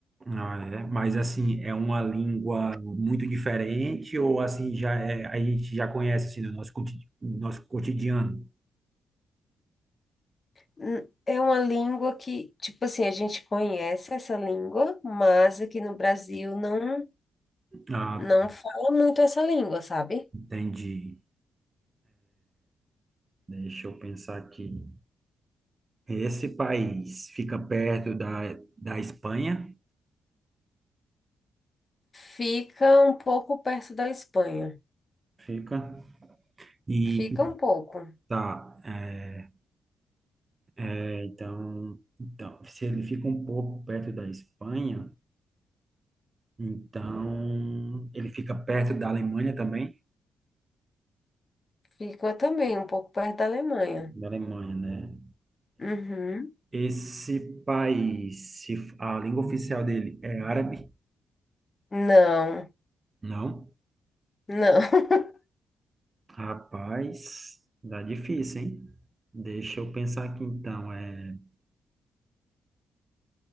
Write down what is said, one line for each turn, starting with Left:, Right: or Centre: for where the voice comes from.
Right: Ah, é. Mas assim, é uma língua muito diferente ou assim já é, a gente já conhece assim no nosso coti- nosso cotidiano?
Left: Hum, É uma língua que, tipo assim, a gente conhece essa língua, mas aqui no Brasil não
Right: Ah,
Left: não
Right: tá,
Left: fala muito essa língua, sabe?
Right: entendi. Deixa eu pensar aqui. Esse país fica perto da, da Espanha?
Left: Fica um pouco perto da Espanha.
Right: Fica. E
Left: Fica um pouco.
Right: tá, é, é, então, então, se ele fica um pouco perto da Espanha, então ele fica perto da Alemanha também?
Left: Fica também um pouco perto da Alemanha.
Right: Da Alemanha, né?
Left: Uhum.
Right: Esse país, se a língua oficial dele é árabe?
Left: Não,
Right: Não.
Left: não. <laughs>
Right: Rapaz, dá difícil, hein? Deixa eu pensar aqui então. É,